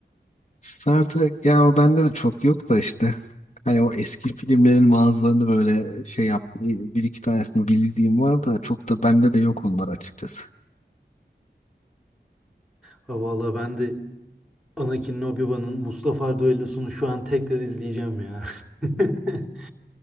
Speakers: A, on the left; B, in the centre.
A: Star Trek ya o bende de çok yok da işte. Hani o eski filmlerin bazılarını böyle şey yap bir iki tanesini bildiğim var da çok da bende de yok onlar açıkçası.
B: Ha valla ben de Anakin Obi-Wan'ın Mustafar düellosunu şu an tekrar izleyeceğim ya. <laughs>